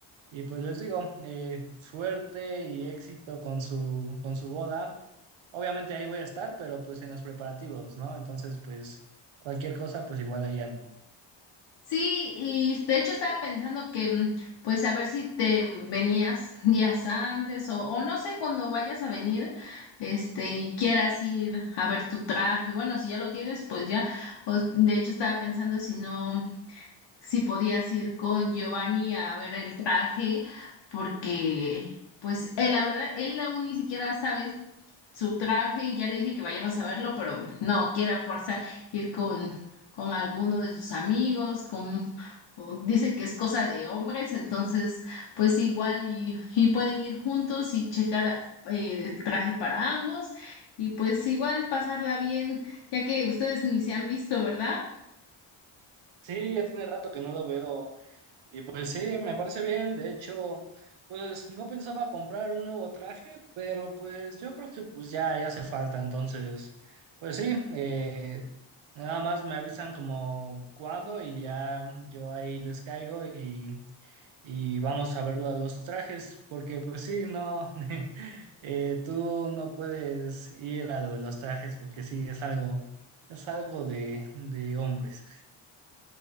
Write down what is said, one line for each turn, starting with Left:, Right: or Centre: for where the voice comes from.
Right: y, pues les digo, eh, suerte y éxito con su, con su boda. Obviamente ahí voy a estar, pero pues en los preparativos, ¿no? Entonces pues cualquier cosa, pues igual ahí ando.
Left: Sí, y de hecho estaba pensando que, mm, pues a ver si te venías días antes o, o no sé cuando vayas a venir, este, y quieras ir a ver tu traje. Bueno, si ya lo tienes, pues ya. O, de hecho estaba pensando si no. si podías ir con Giovanni a ver el traje, porque pues él, la verdad, él aún ni siquiera sabe su traje y ya le dije que vayamos a verlo, pero no, quiere a fuerza ir con, con alguno de sus amigos, con... o Dice que es cosa de hombres, entonces pues igual y, y pueden ir juntos y checar eh, el traje para ambos y pues igual pasarla bien, ya que ustedes ni se han visto, ¿verdad?
Right: Sí, ya tiene rato que no lo veo. Y pues sí, me parece bien. De hecho, pues no pensaba comprar un nuevo traje, pero pues yo creo que pues ya, ya hace falta. Entonces, pues sí, eh, nada más me avisan como cuándo y ya yo ahí les caigo y, y vamos a ver lo de los trajes, porque pues sí, no, <laughs> eh, tú no puedes ir a lo de los trajes porque sí, es algo, es algo de, de hombres.